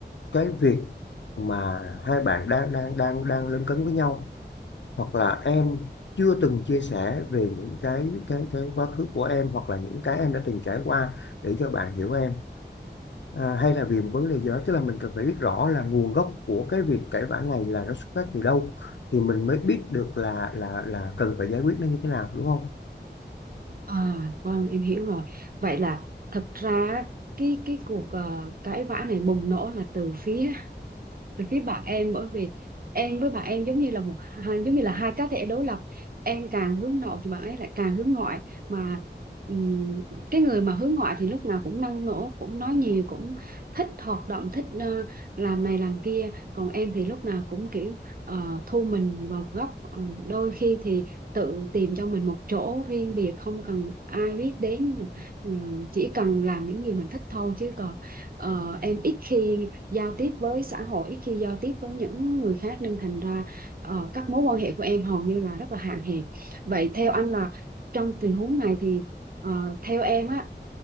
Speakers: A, on the left (about 80°); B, on the right (about 55°).
A: cái việc mà hai bạn đang đang đang đang lấn cấn với nhau hoặc là em chưa từng chia sẻ về những cái cái cái quá khứ của em hoặc là những cái em đã từng trải qua để cho bạn hiểu em à, hay là vì một vấn đề gì đó tức là mình cần phải biết rõ là nguồn gốc của cái việc cãi vã này là nó xuất phát từ đâu thì mình mới biết được là là là cần phải giải quyết nó như thế nào đúng không
B: À, vâng, em hiểu rồi. Vậy là thật ra cái cái cuộc ờ, cãi vã này bùng nổ là từ phía từ phía bạn em bởi vì em với bạn em giống như là một hai giống như là hai cá thể đối lập em càng hướng nội thì bạn ấy lại càng hướng ngoại mà ừm, cái người mà hướng ngoại thì lúc nào cũng năng nổ cũng nói nhiều cũng thích hoạt động thích ờ, làm này làm kia còn em thì lúc nào cũng kiểu ờ, thu mình vào một góc Ờ, đôi khi thì tự tìm cho mình một chỗ riêng biệt không cần ai biết đến Ừm, chỉ cần làm những gì mình thích thôi chứ còn ờ, em ít khi giao tiếp với xã hội khi giao tiếp với những người khác nên thành ra ờ, các mối quan hệ của em hầu như là rất là hạn hẹp vậy theo anh là trong tình huống này thì ờ, theo em á